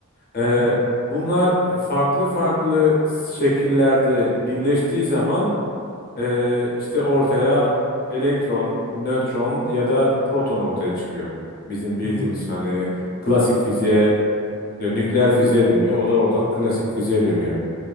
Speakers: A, on the left; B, on the right.
A: E,
B: Hı hı.
A: bunlar farklı farklı şekillerde birleştiği zaman e, işte ortaya elektron, nötron ya da proton ortaya çıkıyor. Bizim bildiğimiz
B: Hı hı.
A: hani klasik fiziğe ya nükleer fiziğe dönüyor. O da oradan klasik fiziğe dönüyor.